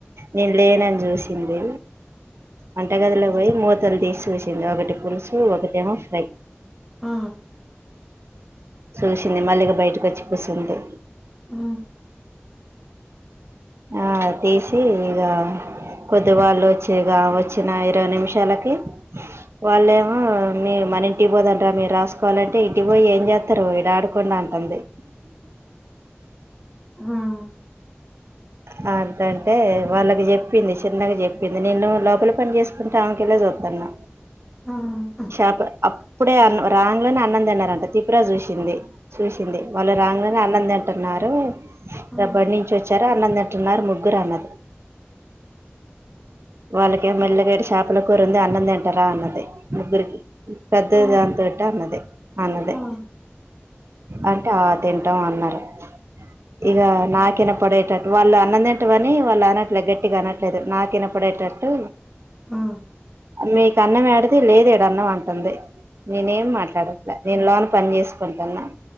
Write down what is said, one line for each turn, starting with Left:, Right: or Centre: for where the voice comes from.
Right: నేను లేనని చూసింది వంటగదిలో పోయి మూతలు తీసి చూసింది ఒకటి పులుసు ఒకటేమో ఫ్రై
Centre: ఆ
Right: చూసింది మళ్ళగా బయటకు వచ్చి కూసుంది
Centre: ఆ
Right: ఆ తీసి ఇగా కొద్ది వాళ్ళు వచ్చేగా వచ్చిన ఇరవై నిమిషాలకి వాళ్ళేమో మీ మన ఇంటికి పోదంటార మీరు రాసుకోవాలంటే ఇంటికి పోయి ఏం చేస్తారు ఈడ ఆడుకోండి అన్ అంది
Centre: హ్మ్
Right: వద్దంటే వాళ్ళకి చెప్పింది చిన్నగా చెప్పింది నేను లోపల పని చేస్ తంటే ఆమెకళ్లె చూత్తన్న
Centre: ఆ ఆ
Right: షాప్ అప్పుడే అ రాంగానే అన్నం తిన్నారంట త్రిపురా చూసింది చూసింది వాళ్ళ రాంగానే అన్నందింటన్నారు
Centre: ఆ
Right: ర బడి నుంచి వచ్చారు అన్నందింటున్నారు ముగ్గురు అన్నది వాళ్ళకి మెల్లగా ఈడ చేపల కూరుంది అన్నందింటారా అన్నది ముగ్గురికి పెద్దదాంతోటి
Centre: ఆ
Right: అన్నది అన్నదే
Centre: ఆ ఆ ఆ ఆ ఆ ఆ
Right: అంటే ఆ తింటాం అన్నారు ఇక నాకిన పడేటట్టు వాళ్ళు అన్నందింటవని వాళ్ళు అనట్లేదు గట్టిగా అనట్లేదు నాకు వినపడేటట్టు
Centre: ఆ
Right: మీకు అన్నం ఏడది లేదు ఈడ అన్నం అంటుంది నేనేం మాట్లాడ నేను లోన పని చేసుకుంటున్నా